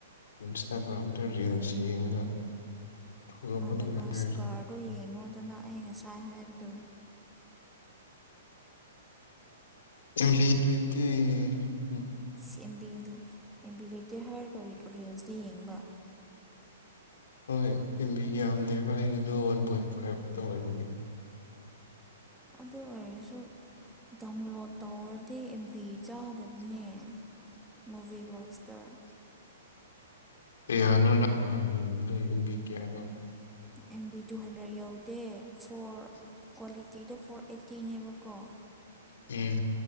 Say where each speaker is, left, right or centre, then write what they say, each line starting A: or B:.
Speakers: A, on the left (about 80°); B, in the centre.
A: ꯏꯟꯁꯇꯥꯒ꯭ꯔꯥꯝꯗ ꯔ ꯔꯤꯜꯁ ꯌꯦꯡꯉꯒ ꯊꯣꯛꯂꯛꯄꯗ
B: ꯃꯥꯗꯒꯁ
A: ꯉꯥꯏꯔꯤ
B: ꯀꯥꯔꯗꯣ ꯌꯦꯡꯉꯣꯗꯅ ꯑꯩ ꯉꯁꯥꯏ ꯍꯥꯏꯕꯗꯣ
A: ꯕꯤ ꯂꯩ <inaudible>
B: ꯁꯤ ꯑꯦꯝ ꯕꯤ ꯑꯦꯝ ꯕꯤ ꯂꯩꯇꯦ ꯍꯥꯏꯔꯒ ꯔꯤꯜꯁꯇ ꯌꯦꯡꯕ
A: ꯍꯣꯏ ꯏꯦꯝꯕꯤ ꯌꯥꯝꯗꯦꯕ ꯑꯩꯒꯤꯗꯣ ꯋꯥꯟ ꯄꯣꯏꯟ ꯐꯥꯏꯚ ꯈꯇ ꯑꯣꯏꯕꯒꯤ
B: ꯑꯗꯨ ꯑꯣꯏꯔꯁꯨ ꯗꯗꯥꯎꯟꯂꯣꯗ ꯇꯧꯔꯗꯤ ꯑꯦꯝꯕꯤ ꯆꯥꯗꯕꯅꯦ ꯃꯨꯚꯤꯕꯣꯛꯁꯇ
A: ꯀꯌꯥꯅꯣ ꯅꯪ ꯅꯍꯥꯟꯅꯤ ꯌꯨꯝꯗ ꯌꯨꯝꯕꯤ ꯀꯌꯥꯅꯣ
B: ꯑꯦꯝ ꯕꯤ ꯇꯨ ꯍꯟꯗ꯭ꯔꯦꯗ ꯌꯧꯗꯦ ꯐꯣꯔ ꯀ꯭ꯋꯥꯂꯤꯇꯤꯗꯣ ꯐꯣꯔ ꯑꯦꯠꯇꯤꯅꯦꯕꯀꯣ
A: ꯎꯝ